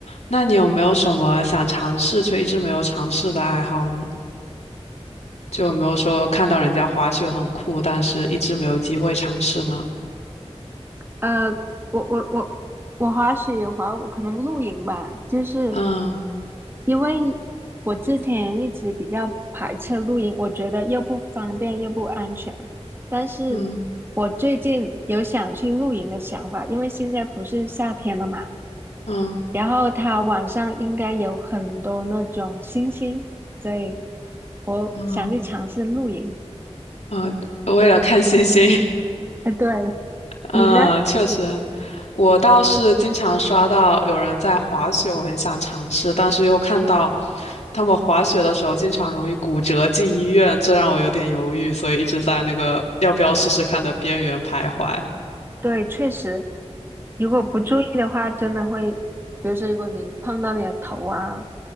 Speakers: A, on the left; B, on the right.
A: 那你有没有什么想尝试却一直没有尝试的爱好呢？就有没有说看到人家滑雪很酷，但是一直没有机会尝试呢？
B: 呃，我我我我滑雪有滑，我可能露营吧，就是。
A: 嗯
B: 因为我之前一直比较排斥露营，我觉得又不方便又不安全。但是我最近有想去露营的想法，
A: 嗯
B: 因为现在不是夏天了嘛，
A: 嗯
B: 然后它晚上应该有很多那种星星，所以我想去尝试露营。
A: 嗯嗯，呃为了看星星。
B: 哎，对，
A: 嗯，
B: 你呢？
A: 确实，我倒是经常刷到有人在滑雪，我很想尝试，但是又看到他们滑雪的时候经常容易骨折进医院，这让我有点犹豫，所以一直在那个要不要试试看的边缘徘徊。
B: 对，确实，如果不注意的话，真的会，比如说如果你碰到你的头啊，